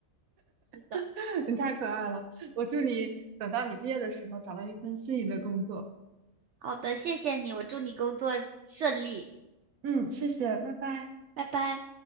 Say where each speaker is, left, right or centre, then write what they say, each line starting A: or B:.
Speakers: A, on the right; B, on the right.
A: 是的，
B: <laughs> 你太可爱了。我祝你等到你毕业的时候找到一份心仪的工作。
A: 好的，谢谢你，我祝你工作顺利，
B: 嗯，谢谢，拜拜。
A: 拜拜。